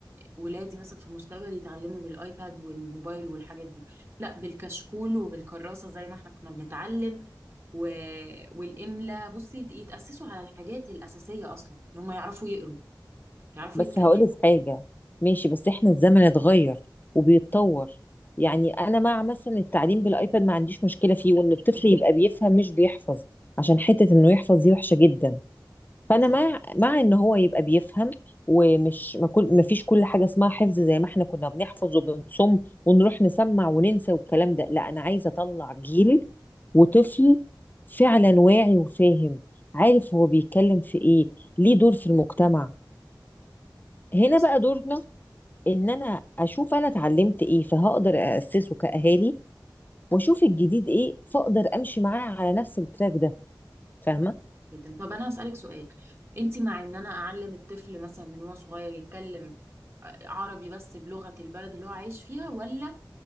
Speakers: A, on the right; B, on the left.
A: ولادي مثلا في المستقبل يتعلموا بالايباد والموبايل والحاجات دي لا بالكشكول وبالكراسة زي ما احنا كنا بنتعلم و... والإملا بصي يتأسسوا على الحاجات الأساسية اصلا ان هم يعرفوا يقروا يعرفوا
B: بس
A: يتكلموا
B: هقولك حاجة ماشي بس احنا الزمن اتغير وبيتطور يعني انا مع مثلا التعليم بالايباد ما عنديش مشكلة فيه وان الطفل يبقى بيفهم مش بيحفظ عشان حتة انه يحفظ دي وحشة جدا فانا
A: صح
B: مع مع ان هو يبقى بيفهم ومش ما كل ما فيش كل حاجة اسمها حفظ زي ما احنا كنا بنحفظ وبنصم ونروح نسمع وننسى والكلام ده لا انا عايزة اطلع جيل وطفل فعلا واعي وفاهم عارف هو بيتكلم في ايه ليه دور في المجتمع هنا بقى
A: صح
B: دورنا ان انا اشوف انا اتعلمت ايه فهقدر اسسه كاهالي واشوف الجديد ايه فاقدر امشي معاه على نفس التراك ده فاهمه
A: جدا طب انا هسألك سؤال انت مع ان انا اعلم الطفل مثلا من هو صغير يتكلم عربي بس بلغة البلد اللي هو عايش فيها ولا